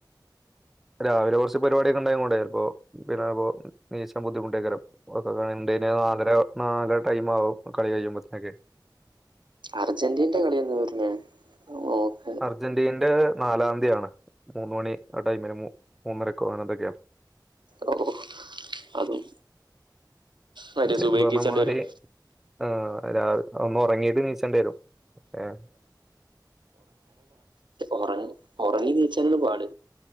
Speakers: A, in the centre; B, on the right.
A: ണ്ടായി രാവിലെ കുറച്ച് പരിപാടിയൊക്കെ ഉണ്ടായി കൊണ്ട് ചലപ്പോ പിന്നെപ്പോ നീച്ചാൻ ബുദ്ധിമുട്ടൊകാരം ക്കൊക്കെ എന്തിന് നാലര നാലര ടൈം ആകും കളി കഴിയുമ്പോത്തനൊക്കെ
B: അർജന്റീനന്റെ കളിയന്ന വരണെ അഹ്
A: അർജന്റീനന്റെ നാലാം തീയതിയാണ് മൂന്ന് മണി ആ ടൈമിന് മൂന്നരക്കോ അങ്ങനെ എന്തൊക്കെയാാണ്
B: ഓ അതും മറ്റേ
A: ഇജ്
B: സുബൈക്ക്
A: പറഞ്ഞമാരി
B: ഈച്ചേണ്ടി വരും
A: ആഹ് രാ ഒന്ന് ഉറങ്ങീട്ട് നീച്ചേണ്ടി വരും ഏഹ്
B: ഒറങ്ങി ഒറങ്ങി നീച്ചാനണ് പാട്